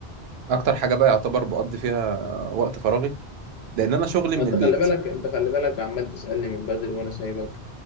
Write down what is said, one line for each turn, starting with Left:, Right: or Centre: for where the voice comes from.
Right: اكتر حاجة بقى يعتبر بقضي فيها وقت فراغي لان انا شغلي
Left: <laughs>
Right: من
Left: أنت
Right: البيت
Left: خلي بالك أنت خلي بالك عمال تسألني من بدري وأنا سايبك